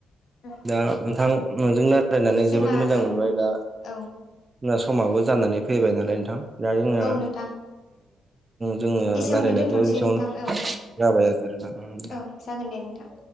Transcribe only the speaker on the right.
दा नोंथां नोंजों रायज्लायनानै
जोबोद मोजां
मोनबाय दा
जोंना समाबो जानानै फैबाय नालाय नोंथां दायो जोङो
जोङो रायलायनायखौ
एसेांनो
लाबाय आरोना